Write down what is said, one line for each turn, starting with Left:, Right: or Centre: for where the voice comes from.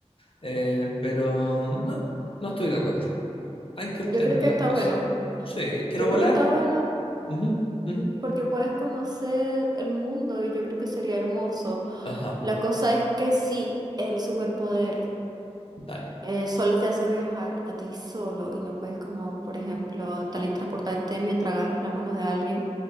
Left: eh, pero no, no estoy de acuerdo. Hay que obtener
Right: Yo creo que
Left: las
Right: está
Left: cosas.
Right: bueno.
Left: Sí, quiero
Right: Yo
Left: volar.
Right: creo que está bueno
Left: Ujú, ujú.
Right: porque puedes conocer el mundo y yo creo que sería hermoso.
Left: Ajá,
Right: La cosa es que sí, el superpoder
Left: dale.
Right: eh, solo te hace viajar a ti solo y no puedes como, por ejemplo, también transportarte mientras agarras la mano de alguien.